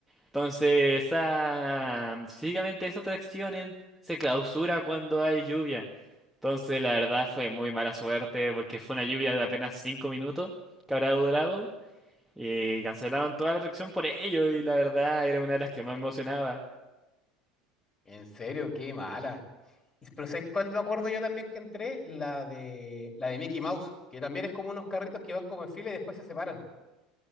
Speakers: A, in the centre; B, on the left (about 25°).
A: Entonces, esa, básicamente esa atracción en- se clausura cuando hay lluvia. Entonces, la verdad fue muy mala suerte porque fue una lluvia de apenas 5 minutos que habrá durado. Y cancelaron toda la atracción por ello y la verdad era una de las que más me emocionaba.
B: En serio, qué mala. Y- Pero ¿sabes cuál me acuerdo yo también que entré? La de, la de Mickey Mouse, que también es como unos carritos que van como en fila y después se separan.